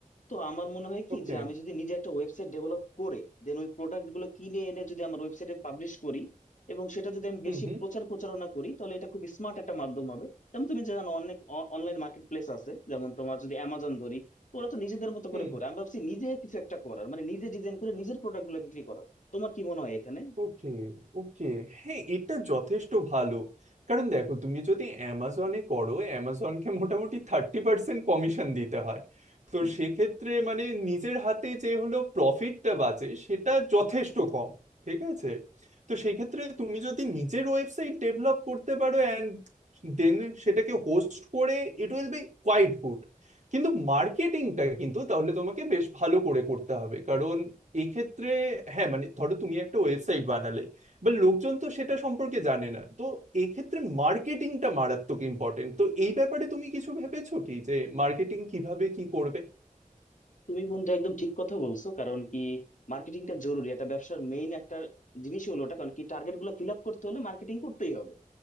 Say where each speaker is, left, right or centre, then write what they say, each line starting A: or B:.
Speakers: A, on the left (about 65°); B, on the right (about 60°).
A: তো আমার মনে হয় কি
B: ওকে
A: যে আমি যদি নিজে একটা ওয়েবসাইট ডেভেলপ করে দেন ওই প্রোডাক্ট গুলো কিনে এনে যদি আমার ওয়েবসাইটে পাবলিশ করি এবং সেটা যদি আমি
B: হুম
A: বেশি
B: হুম
A: প্রচার প্রচারণা করি তাহলে এটা খুব স্মার্ট একটা মাধ্যম হবে যেমন তুমি জানো অনেক অনলাইন মার্কেট প্লেস আছে যেমন তোমার যদি অ্যামাজন ধরি তো ওরা তো নিজেদের মতো
B: হুম
A: করে করে আমি ভাবছি নিজে কিছু একটা করার মানে নিজে ডিজাইন করে নিজের প্রোডাক্ট গুলো বিক্রি করার তোমার কি মনে হয় এখানে
B: ওকে ওকে হ্যাঁ এটা যথেষ্ট ভালো কারণ দেখো তুমি যদি অ্যামাজনে করো অ্যামাজনকে মোটামুটি থার্টি পার্সেন্ট কমিশন দিতে হয় তো
A: হুম
B: সেক্ষেত্রে মানে নিজের হাতে যে হলো প্রফিটটা বাঁচে সেটা যথেষ্ট কম ঠিক আছে তো সেক্ষেত্রে তুমি যদি নিজের ওয়েবসাইট ডেভেলপ করতে পারো অ্যান্ড দেন সেটাকে হোস্ট করে it will be quite good কিন্তু মার্কেটিংটা কিন্তু তাহলে তোমাকে বেশ ভালো করে করতে হবে এই ক্ষেত্রে হ্যাঁ মানে ধরো তুমি একটা ওয়েবসাইট বানালে বা লোকজন তো সেটা সম্পর্কে জানে না তো এই ক্ষেত্রে মার্কেটিংটা মারাত্মক ইম্পর্টেন্ট তো এই ব্যাপারে তুমি কিছু ভেবেছো কি যে মার্কেটিং কিভাবে কি করবে
A: তুমি বন্ধু একদম ঠিক কথা বলছো কারণ কি মার্কেটিংটা জরুরি এটা ব্যবসার মেইন একটা জিনিসই হলো ওটা কারণ কি টার্গেট গুলো ফিল আপ করতে হলে মার্কেটিং করতেই হবে